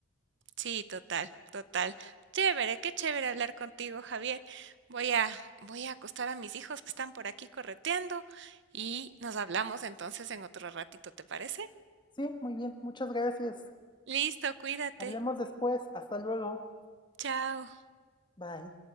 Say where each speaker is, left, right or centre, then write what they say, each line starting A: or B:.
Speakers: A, on the right; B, on the left.
A: Sí, total, total. Chévere, qué chévere hablar contigo, Javier. Voy a, voy a acostar a mis hijos que están por aquí correteando y nos hablamos entonces en otro ratito, ¿te parece?
B: Sí, muy bien, muchas gracias.
A: Listo, cuídate.
B: Hablemos después. Hasta luego.
A: Chao.
B: Bye.